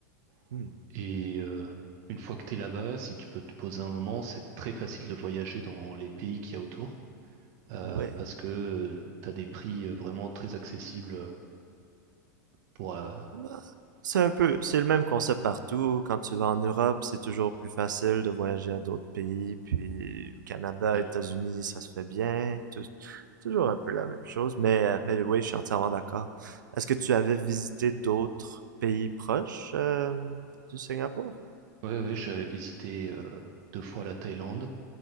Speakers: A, on the right; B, on the right.
A: Hmm.
B: Et euh, une fois que tu es là-bas, si tu peux te poser un moment, c'est très facile de voyager dans les pays qu'il y a autour euh,
A: Ouais.
B: parce que tu as des prix euh, vraiment très accessibles pour... euh,
A: Bah, C'est un peu, c'est le même concept partout. Quand tu vas en Europe, c'est toujours plus facile de voyager à d'autres pays. Puis Canada,
B: Ouais,
A: États-Unis, ça se fait bien. Tou- toujours un peu la même chose. Mais, euh, mais oui, je suis entièrement d'accord. Est-ce que tu avais visité d'autres pays proches euh, du Singapour?
B: ouais, ouais, j'avais visité euh, deux fois la Thaïlande,